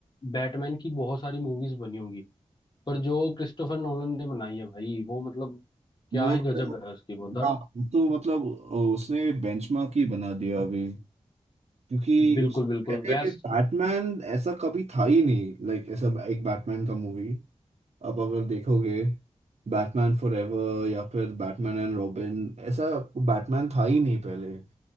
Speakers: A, on the left; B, on the right.
A: बैटमैन की बहुत सारी मूवीज बनी होंगी पर जो क्रिस्टोफर नोलन ने बनाई है भाई वो मतलब क्या
B: वो
A: ही
B: तो
A: गजब है उसकी वो द
B: हाँ वो तो मतलब उसने बेंचमार्क ही बना दिया अभी क्योंकि
A: बिल्कुल
B: उस
A: बिल्कुल
B: पहले
A: वैस
B: बैटमैन ऐसा कभी था ही नहीं लाइक ऐसा एक बैटमैन का मूवी अब अगर देखोगे बैटमैन फॉरएवर या फिर बैटमैन एंड रॉबिन ऐसा बैटमैन था ही नहीं पहले